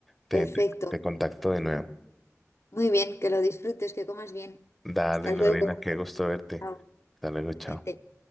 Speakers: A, in the centre; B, on the left (about 55°).
A: Te,
B: Perfecto.
A: te, te contacto de nuevo.
B: Muy bien, que lo disfrutes, que comas bien.
A: Dale,
B: Hasta
A: Lorena,
B: luego.
A: qué gusto verte.
B: Chao.
A: Hasta luego, chao.
B: Igualmente.